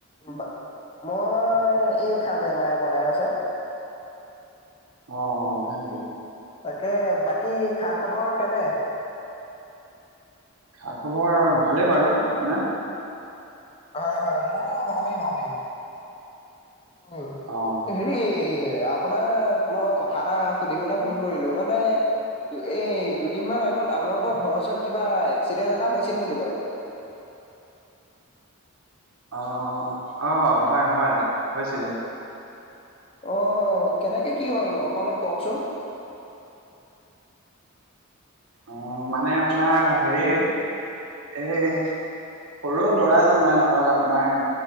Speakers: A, on the left; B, on the right.
A: বা মই এই খামহেমায় বনাই আছে
B: অ সেকি
A: তাকে বাকী খা খবৰ কেনে
B: খা খবৰ ভালে বাৰু আপোনাৰ
A: হয় হয় মোৰো ভালেই ভালেই অ
B: অঁ
A: হেৰি আপোনাক মই কথা এটা সুধিবলৈ ফোন কৰিলো মানে এই দুদিন িনমান আত আপোনালৰ ঘৰৰওচৰত কিব এক্সিডেণ্ট এটা হৈছিল নেকি বাৰু
B: অ অ আহ হয় হয় হৈছিলে
A: আহ কেনেকে কি হ'ল অলপ কওকচোন
B: অ মানে আপোনাৰ হেৰি এই সৰু ল'ৰা এজন মানে ধৰক আপোনাৰ